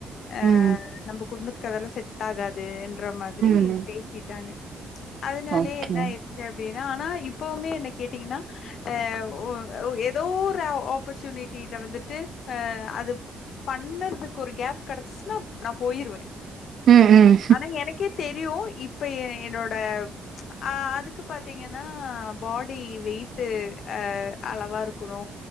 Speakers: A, on the left; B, on the right.
A: ஆ
B: ம்
A: நம்ம குடும்பத்துக்கு அதெல்லா செட் செட்டாகாதுன்ற மாரி
B: ம்
A: பேசிட்டாங்க அதனாலயே
B: ஓகே
A: என்ன ஆயி சரி அப்டின்னா ஆனா இப்பவுமே என்ன கேட்டீங்கன்னா ஆ ஒ ஏதோ ஒரு ஆப்பர்ச்சுனிட்டில வந்துட்டு ஆ அது பண்ணறதுக்கு ஒரு கேப் கெடைச்சிச்சின்னா நா போயிருவே
B: ம் ம்
A: ஆனா எனக்கே தெரியு இப்ப எ என்னோட அ அதுக்கு பாத்தீங்கன்னா பாடி வெயிட்டு அ அளவா இருக்கணு